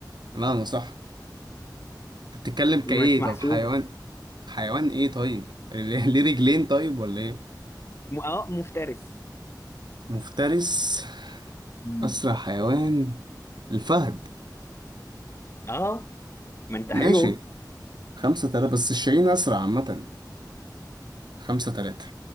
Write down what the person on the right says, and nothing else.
لا أنا صح أنت بتتكلم كإيه
طب حيوان حيوان إيه طيب <laughs> ليه ليه رجلين طيب ولا إيه
مفترس
أسرع حيوان الفهد
ماشي
خمسة تلاتة بس الشاهين أسرع عامة خمسة تلاتة